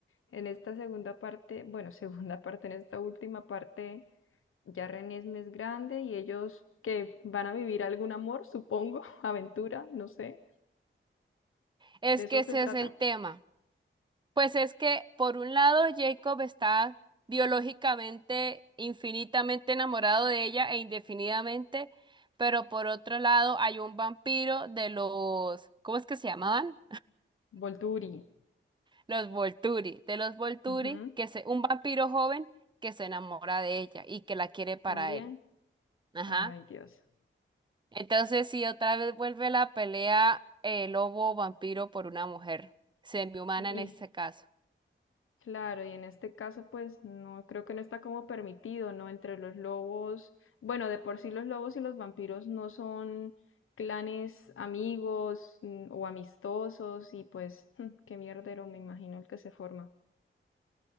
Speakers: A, on the left; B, on the right.
A: en esta segunda parte, bueno, <laughs> segunda parte, en esta última parte. Ya René es más grande y ellos que van a vivir algún amor, supongo, <laughs> aventura, no sé.
B: Es
A: De eso
B: que ese
A: se trata.
B: es el tema. Pues es que, por un lado, Jacob está biológicamente, infinitamente enamorado de ella e indefinidamente, pero por otro lado hay un vampiro de los, ¿cómo es que se llamaban?
A: Volturi.
B: Los Volturi, de los Volturi,
A: ujú,
B: que se, un vampiro joven que se enamora de ella y que la quiere para
A: También.
B: él. Ajá.
A: Ay, Dios.
B: Entonces, si otra vez vuelve la pelea, eh, lobo-vampiro por una mujer, semi-humana
A: Y
B: en este caso.
A: claro, y en este caso, pues no creo que no está como permitido, ¿no? Entre los lobos. Bueno, de por sí los lobos y los vampiros no son clanes amigos mm, o amistosos y pues <laughs> qué mierdero me imagino el que se forma.